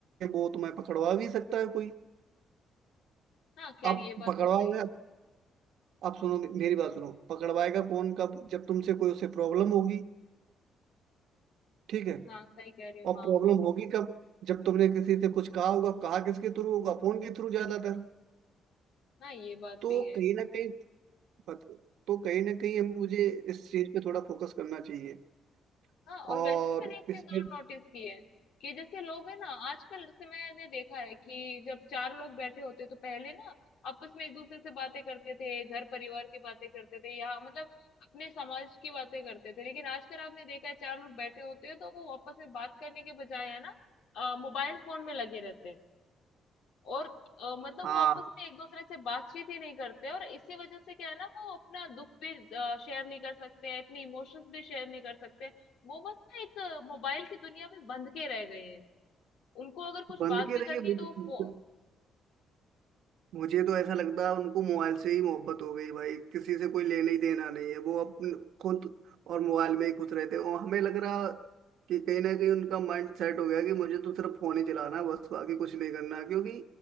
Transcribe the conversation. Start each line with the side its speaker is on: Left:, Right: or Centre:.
Right: वो तुम्हें पकड़वा भी सकता है कोई
Left: हाँ खैर
Right: अब
Left: ये बात
Right: पकड़वा
Left: तो सही
Right: गया
Left: है
Right: आप सुनो मे- मेरी बात सुनो पकड़वाएगा कौन कब जब तुमसे कोई उसे प्रॉब्लम होगी ठीक है
Left: हाँ सही कह रही हो
Right: और
Left: हाँ
Right: प्रॉब्लम होगी कब जब तुमने किसी से कुछ कहा होगा कहा किसके थ्रू होगा फोन के थ्रू ज्यादातर
Left: हाँ ये बात
Right: तो
Left: भी है
Right: कहीं ना कहीं पत- तो कहीं ना कहीं हम मुझे इस चीज पे थोड़ा फोकस करना चाहिए
Left: हाँ
Right: और
Left: और वैसे मैंने एक
Right: इसमें
Left: चीज और नोटिस की है कि जैसे लोग है ना आजकल जैसे मैंने देखा है कि जब चार लोग बैठे होते तो पहले ना आपस में एक दूसरे से बातें करते थे घर परिवार की बातें करते थे या मतलब अपने समाज की बातें करते थे लेकिन आजकल आपने देखा है चार लोग बैठे होते हैं तो वो आपस में बात करने के बजाय है ना अ, मोबाइल फोन में लगे रहते हैं और अ, मतलब
Right: हाँ
Left: वो आपस में एक दूसरे से बातचीत ही नहीं करते और इसी वजह से क्या है ना वो अपना दुख भी शेयर नहीं कर सकते हैं अपने इमोशंस भी शेयर नहीं कर सकते वो बस ना एक मोबाइल की दुनिया में बंध के रह गए हैं उनको अगर कुछ
Right: बंद
Left: बात
Right: के
Left: भी
Right: रहिए
Left: करनी है तो वो फो-
Right: मुझे तो ऐसा लगता है उनको मोबाइल से ही मोहब्बत हो गई भाई किसी से कोई लेना ही देना नहीं है वो अपन खुद और मोबाइल में ही खुश रहते हैं और हमें लग रहा कि कहीं ना कहीं उनका माइंड सेट हो गया कि मुझे तो सिर्फ फोन ही चलाना है बस बाकी कुछ नहीं करना क्योंकि